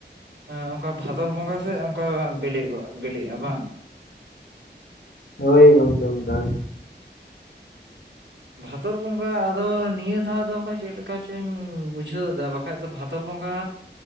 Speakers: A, on the right; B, on the left.
A: ᱮᱻ ᱚᱱᱠᱟ ᱵᱷᱟᱫᱚᱨ ᱵᱚᱸᱜᱟ ᱥᱮ ᱚᱱᱠᱟ ᱵᱤᱞᱤᱜ ᱠᱚᱜ ᱵᱤᱞᱤᱜᱼᱟ ᱵᱟᱝ
B: ᱦᱳᱭ ᱜᱚᱝᱠᱮ ᱚᱱᱠᱟ
A: ᱵᱷᱟᱫᱚᱨ ᱵᱚᱸᱜᱟ ᱟᱫᱚ ᱱᱤᱭᱟᱹ ᱫᱷᱟᱣ ᱫᱚ ᱠᱷᱟᱡ ᱪᱮᱫ ᱞᱮᱠᱟ <unintelligible> ᱵᱩᱡᱷᱟᱹᱣ ᱫᱟ ᱵᱟᱠᱷᱟᱡ ᱫᱚ ᱵᱷᱟᱫᱚᱨ ᱵᱚᱸᱜᱟ